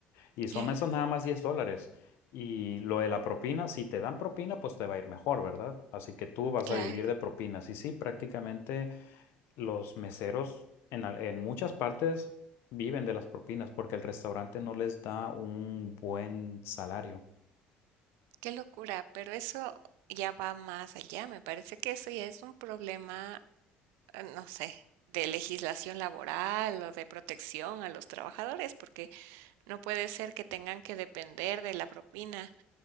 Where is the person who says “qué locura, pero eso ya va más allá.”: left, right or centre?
Right